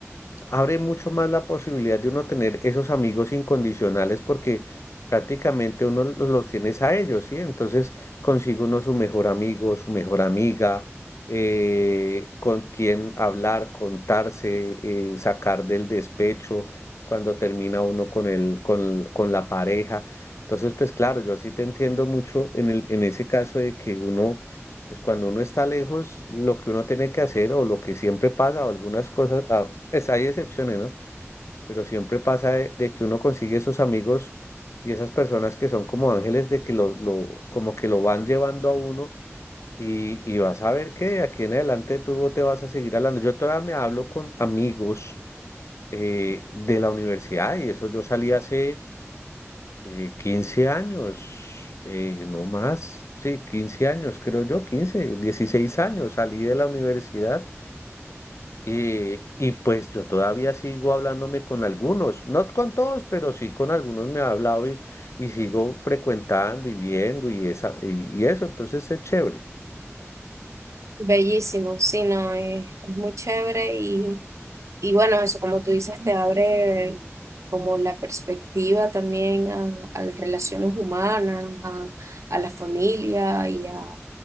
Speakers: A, on the left; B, on the right.
A: abre mucho más la posibilidad de uno tener esos amigos incondicionales porque prácticamente uno los, los tienes a ellos, ¿sí? Entonces consigue uno su mejor amigo, su mejor amiga, eh, con quien hablar, contarse, eh, sacar del despecho cuando termina uno con el, con, con la pareja. Entonces, pues claro, yo sí te entiendo mucho en el, en ese caso de que uno pues cuando uno está lejos, lo que uno tiene que hacer o lo que siempre pasa, o algunas cosas, ah, pues hay excepciones, ¿no? Pero siempre pasa de, de que uno consigue esos amigos y esas personas que son como ángeles de que lo, lo- como que lo van llevando a uno y, y vas a ver que de aquí en adelante tú te vas a seguir hablando. Yo todavía me hablo con amigos eh, de la universidad y eso yo salí hace eh, 15 años, eh, no más, sí, 15 años, creo yo, 15 16 años, salí de la universidad eh, y pues yo todavía sigo hablándome con algunos, no con todos, pero sí con algunos me he hablado y, y sigo frecuentando y viendo y, esa, y, y eso, entonces es chévere.
B: Bellísimo, sí, no, es, es muy chévere y, y bueno, eso como tú dices, te abre como la perspectiva también a, a las relaciones humanas, a, a la familia y a